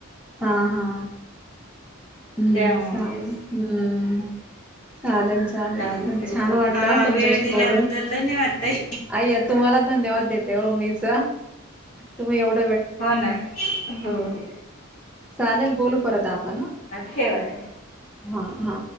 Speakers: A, in the centre; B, on the left.
A: हा हा हम्म
B: त्यामुळेच
A: सले हम्म चालेल चालेल
B: चालते
A: छान वाटला
B: हा
A: तुमच्याशी
B: वेळ दिल्याबद्दल
A: बलोनी
B: धन्यवाद ताई.
A: आय तुम्हाला धन्यवाद देते मम्मीच तुम्ही एवढं
B: हो ना हो हो
A: चालेल बोलू परत आपण
B: ठेवाचे
A: हा हा